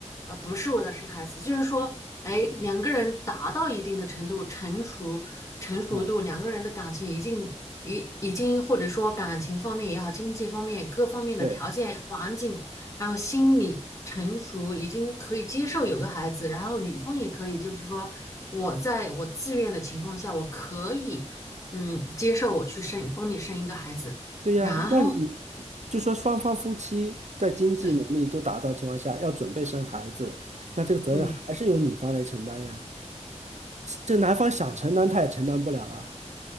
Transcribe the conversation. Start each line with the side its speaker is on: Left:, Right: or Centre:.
Left: 呃不是为了生孩子，就是说，哎，两个人达到一定的程度，成熟成熟度，
Right: 嗯，
Left: 两个人的感情已经已已经或者说感情方面也好，经济方面各方面的条件、
Right: 对，
Left: 环境，还有心理成熟，已经可以接受有个孩子，然后女方也可以，就是说我在我自愿的情况下，我可以。嗯，接受我去生，帮你生一个孩子，
Right: 对呀，
Left: 然后，
Right: 那你就说双方夫妻在经济能力都达到情况下，
Left: 对，
Right: 要准备生孩子，那这个责任还是由女方来承担呀。
Left: 嗯，
Right: 这男方想承担，他也承担不了啊。